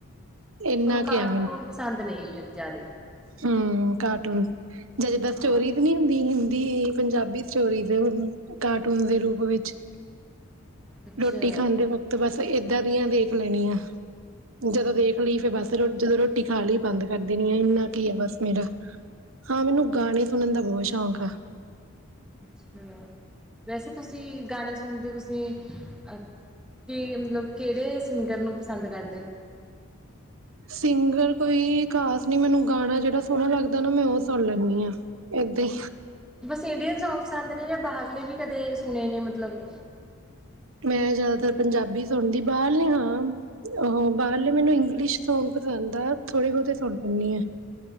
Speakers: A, on the right; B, in the centre.
A: ਇੰਨਾ
B: ਤੁਹਾਨੂੰ ਕਾਰਟੂਨ
A: ਕੁ ਆ
B: ਪਸੰਦ ਨੇ, ਫਿਰ ਜ਼ਿਆਦਾ
A: ਹੂ ਕਾਰਟੂਨ, ਜਾਂ ਜਿੱਦਾਂ ਸਟੋਰੀ
B: ਹਾਂ
A: ਦੀ ਨੀ ਦੀ ਹਿੰਦੀ, ਪੰਜਾਬੀ ਸਟੋਰੀ ਦੇ ਕਾਰਟੂਨ ਦੇ ਰੂਪ ਵਿੱਚ
B: ਅੱਛਾ
A: ਰੋਟੀ ਖਾਂਦੇ ਵਕਤ, ਬੱਸ ਏਦਾਂ ਦੀਆਂ ਦੇਖ ਲੈਣੀਆਂ। ਜਦੋਂ ਦੇਖ ਲਈ ਫਿਰ ਬੱਸ ਰ ਜਦੋਂ ਰੋਟੀ ਖਾ ਲਈ ਬੰਦ ਕਰ ਦੇਣੀ ਆ। ਇੰਨਾ ਕੀ ਆ ਬੱਸ ਮੇਰਾ। ਹਾਂ, ਮੈਨੂੰ ਗਾਣੇ ਸੁਣਨ ਦਾ ਬਹੁਤ ਸ਼ੌਂਕ ਆ।
B: ਅੱਛਾ! ਵੈਸੇ ਤੁਸੀਂ ਗਾਣੇ ਸੁਣਦੇ ਹੋ? ਤੁਸੀਂ ਅ ਕੀ, ਮਤਲਬ ਕਿਹੜੇ ਸਿੰਗਰ ਨੂੰ ਪਸੰਦ ਕਰਦੇ ਹੋ,
A: ਸਿੰਗਰ ਕੋਈ ਖਾਸ ਨਹੀਂ। ਮੈਨੂੰ ਗਾਣਾ ਜਿਹੜਾ ਸੋਹਣਾ ਲੱਗਦਾ ਨਾ। ਮੈਂ ਉਹ ਸੁਣ ਲੈਂਦੀ ਹਾਂ। ਇਹਦਾ ਹੀ
B: ਬੱਸ ਇੰਡੀਅਨ ਸੌਗ ਪਸੰਦ ਨੇ ਜਾਂ ਬਾਹਰਲੇ ਵੀ ਕਦੇ ਸੁਣੇ ਨੇ ਮਤਲਬ
A: ਮੈਂ ਜ਼ਿਆਦਾਤਰ ਪੰਜਾਬੀ ਸੁਣਦੀ ਬਾਹਰਲੇ ਹਾਂ। ਆਹੋ ਬਾਹਰਲੇ ਮੈਨੂੰ ਇੰਗਲਿਸ਼ ਸੌਂਗ ਪਸੰਦ ਆ ਥੋੜੇ ਬਹੁਤੇ ਸੁਣ ਲੈਂਣੀ ਆ।